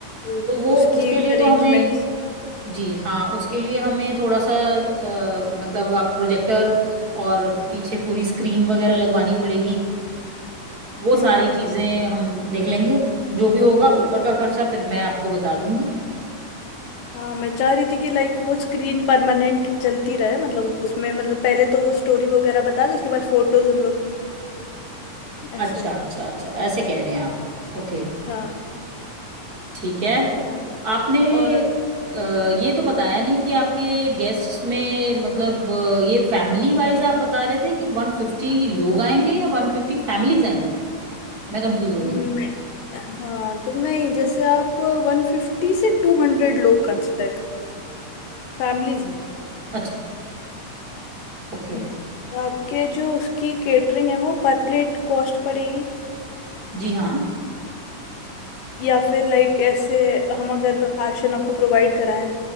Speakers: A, on the left; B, on the right.
A: हम्म।
B: तो वो
A: उसकी
B: उसके
A: भी
B: लिए
A: अरेंजमेंट्स
B: तो हमें जी हाँ उसके लिए हमें थोड़ा सा अ, मतलब आप प्रोजेक्टर और पीछे पूरी स्क्रीन वगैरह लगवानी पड़ेगी वो
A: हम्म
B: सारी चीजें हम देख लेंगे जो भी होगा ऊपर का खर्चा फिर मैं आपको बता दूंगी
A: हाँ मैं चाह रही थी कि लाइक वो स्क्रीन परमानेंट चलती रहे मतलब उसमें मतलब पहले तो वो स्टोरी वगैरह बता दो उसके बाद फोटोज उन लोग की ऐसे
B: अच्छा अच्छा अच्छा ऐसे कह रहे हैं आप ओके
A: हाँ
B: ठीक है
A: ठीक है
B: आपने
A: और
B: अ, ये तो बताया नहीं कि आपके गेस्ट में मतलब अ, ये फैमिली वाइज आप बता रहे थे कि वन फिफ्टी लोग आएंगे या वन फिफ्टी फैमिलीज आएंगी मैं कंफ्यूज हो
A: मैं-
B: गई
A: हाँ तो नहीं जैसे आप वन फिफ्टी से टू हंड्रेड लोग कंसिडर करिए फैमिलीज नहीं
B: अच्छा ओके
A: हम्म तो आपके जो उसकी केटरिंग है वो पर प्लेट कॉस्ट पड़ेगी
B: जी हाँ
A: या फिर लाइक ऐसे हम अगर राशन आपको प्रोवाइड कराएं